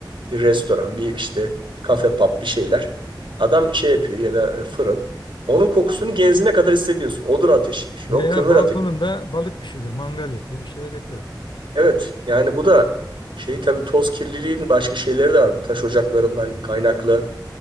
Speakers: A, on the right; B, on the left.
A: Bir restoran, bir işte kafe, pub bir şeyler. Adam şey yapıyor ya da fırın. Onun kokusunu genzine kadar hissediyorsun. Odun ateşiymiş. Yok
B: Veya
A: kömür
B: balkonunda
A: ateşi.
B: balık pişiriyor, mangal yapıyor, bir şeyler yapıyor.
A: Evet yani bu da şey tabii toz kirliliğinin başka şeyleri de var. Bu taş ocaklarından kaynaklı